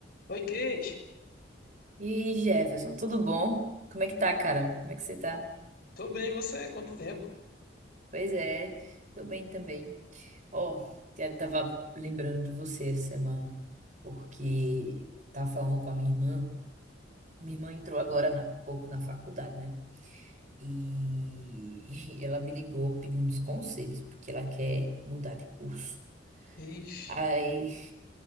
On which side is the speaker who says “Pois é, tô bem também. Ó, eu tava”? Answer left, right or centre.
Right